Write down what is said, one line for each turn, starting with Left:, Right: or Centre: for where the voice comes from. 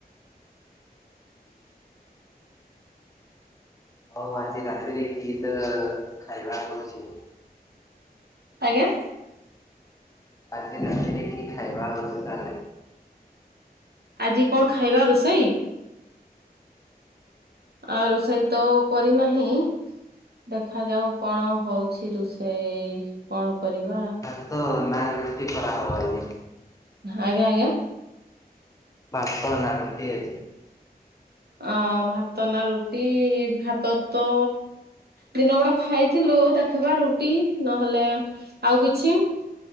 Left: ହଉ ଆଜି ରାତିରେ କି ତ ଖାଇବା ହୋଉଚି।
Right: ଆଜ୍ଞା।
Left: <unintelligible> ଖାଇବା ବ୍ୟବସ୍ଥା
Right: ଆଜି କଣ ଖାଇବା ରୋଷେଇ? ଆ ରୋଷେଇ ତ କରିନାହିଁ। ଦେଖାଯାଉ କଣ ହୋଉଚି ରୋଷେଇ କଣ କରିବା।
Left: ତ ଗଲା। <unintelligible> କରାହବ ନି।
Right: ଆଜ୍ଞା ଆଜ୍ଞା।
Left: ପାପ <unintelligible>
Right: ଅ ଭାତ ନା ରୁଟି ଭାତ ତ ଦିନ ଗୁଡା ଖାଇଥିଲୁ ଦେଖବା ରୁଟି ନହେଲେ ଆଉ କିଛି।